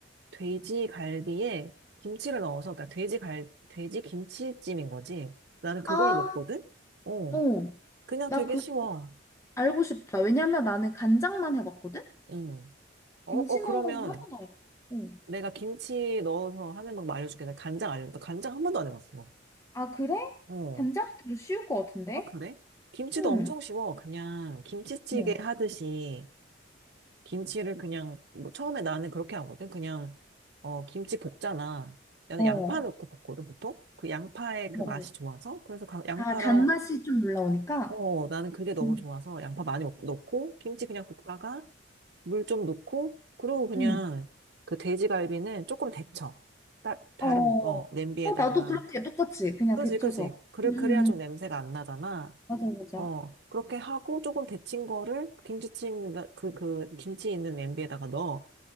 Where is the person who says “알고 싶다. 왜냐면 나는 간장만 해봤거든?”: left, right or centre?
Left